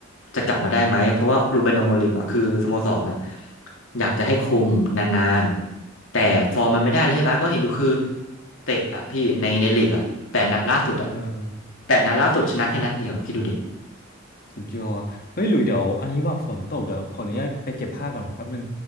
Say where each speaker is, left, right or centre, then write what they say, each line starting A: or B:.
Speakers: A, on the left (about 70°); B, on the left (about 45°).
A: จะกลับมาได้ไหมเพราะว่ารูเบนอโมริมอ่ะคือสโมสรอ่ะอยากจะให้คุมนานๆแต่ฟอร์มมันไม่ได้เลยใช่ปะก็เห็นอยู่คือเตะอ่ะพี่ในในลีกอ่ะแปดนัดล่าสุดอ่ะ
B: เออ
A: แปดนัดล่าสุดชนะแค่นัดเดียวอะคิดดูดิ
B: สุดยอดเฮ้ยหลุยเดี๋ยวอันนี้ว่าฝนตกเดี๋ยวขออนุญาตไปเก็บผ้าก่อนแป๊บหนึ่ง